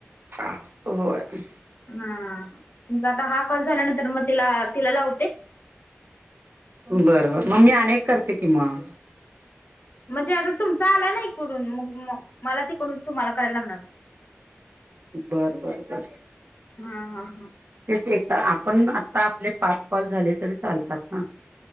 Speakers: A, on the right; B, on the left.
A: ह होय.
B: हा. तुमचा आता हा कॉल झाल्यानंतर मग तिला, तिला लावते.
A: बर बर, मग मी अनेक करते कि मग.
B: म्हणजे आता तुमचा आलाय ना इकडून, मग म तिकडून तुम्हाला कराय लागणार.
A: बरं बरं बरं.
B: हा हा हा.
A: तेचं एक आपण आता आपले पाच कॉल झाले तरी चालतात ना?